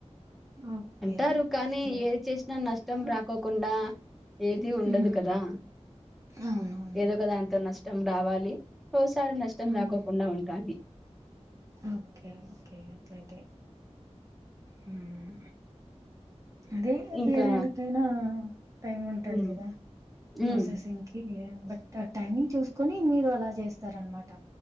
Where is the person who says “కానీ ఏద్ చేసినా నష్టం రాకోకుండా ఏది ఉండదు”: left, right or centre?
Centre